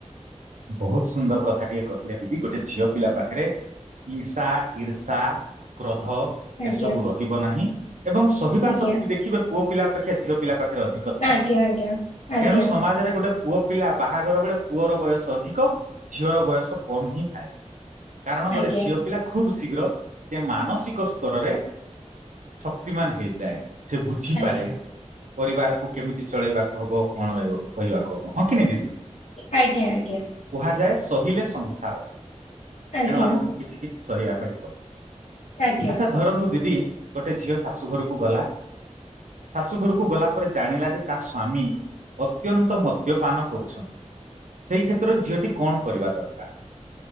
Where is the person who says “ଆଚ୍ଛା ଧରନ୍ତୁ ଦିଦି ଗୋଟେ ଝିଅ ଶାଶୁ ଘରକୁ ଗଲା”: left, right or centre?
Right